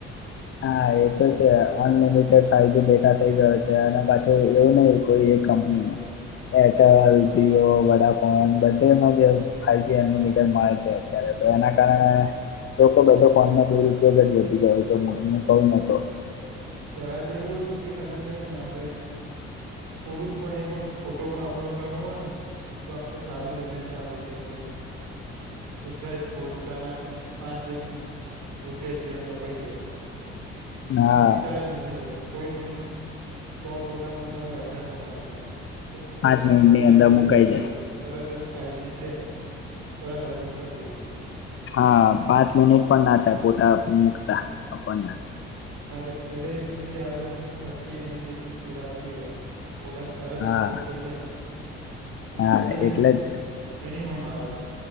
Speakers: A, on the left; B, on the right.
A: હા એ તો છે અનલિમિટેડ ફાઈવજી ડેટા થઈ ગયો છે અને પાછું એવું નહી કોઈ એક કંપનીમાં એરટેલ જીઓ વડાફોન બધેમાં જ ફાવજી અનલિમિટેડ મળે છે અત્યારે તો એના કારણે લોકો બધો ફોનનો દુરપયોગ જ વધી ગયો છે <unintelligible>
B: પેલા તો એવું હતું કે ખાલી ને આપડે થોડુંક પણ એ પણ ફોટો પણ અપલોડ કરવો હોય ને તો આપણે સારું બેલેન્સ આવતું કે ભાઈ સીધા ફોટાના પાંચ એક રૂપિયા જે કપાઈ જશે
A: હા
B: વિચાર જ નથી થતું કોઈ પણ સો ફોટા મુકવા કે હજાર ફોટા મુકવા થોડો
A: પાંચ મિનિટની
B: વિચાર
A: અંદર
B: નથી
A: મુકાઈ
B: થતો કે
A: જાય
B: ભઈ તરત જ ફાઈવજી છે તરત અપલોડ કરી દઈએ
A: હા પાંચ મિનિટ પણ ના થાય પોટા મુકતા આપણને
B: એ સ્પીડ જ એટલી બધી આવે છે થર્ટી એમસની સ્પીડ આવતી હોય <unintelligible>
A: હા હા
B: થર્ટી તો
A: એટલે
B: મિનિમમ
A: જ
B: મા આવે છે